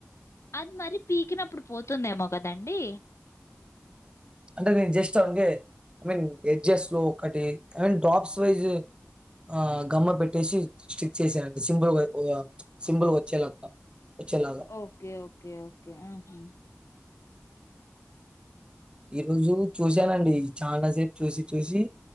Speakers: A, on the left; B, on the right.
A: అది మరీ పీకినప్పుడు పోతుందేమొ కదండి
B: అంటే నేను జస్ట్ అకే ఐ మీన్ ఎడ్జెస్ లో ఒకటి ఐ మీన్ డ్రాప్స్ వైజ్ ఆ గమ్మ పెట్టేసి స్టిక్ చేశాండి సింపుల్ గా సింబిల్గ వచ్చేలక్క వచ్చేలాగా
A: ఓకే. ఓకే. ఓకే. ఆహా!
B: ఈ రోజు చూసానండి చాలా సేపు చూసి చూసి